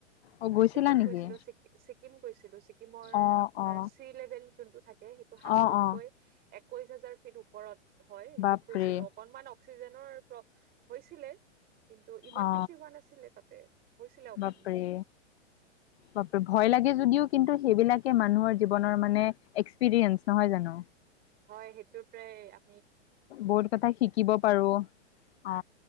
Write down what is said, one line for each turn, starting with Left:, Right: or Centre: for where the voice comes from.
Left: অ
Right: মই
Left: গৈছিলা
Right: ছিকিম
Left: নেকি
Right: গৈছিলো ছিকিম গৈছিলো- ছিকিম ৰ
Left: অ
Right: আপোনাৰ
Left: অ
Right: চি-লেবেল যোনটো থাকে সেইটো সাগৰতকৈ
Left: অ অ
Right: এ- একৈছ হাজাৰ ফিট ওপৰত- হয় সেইটোত
Left: বাপৰে
Right: গৈছিলো, অকনমান অক্সিজেনৰ- প্ৰ হৈছিলে। কিন্তু ইমান
Left: অ
Right: বেছি- হোৱা নাছিলে তাতে হৈছিলে অকনমান
Left: বাপৰে, বাপৰে ভয় লাগে যদিও কিন্তু- সেইবিলাকে মানুহৰ জীৱনৰ মানে এক্সপিৰিয়েঞ্চ নহয় জানো।
Right: হয় সেইটো প্ৰায়-
Left: বহুত কথা শিকিব পাৰো অ,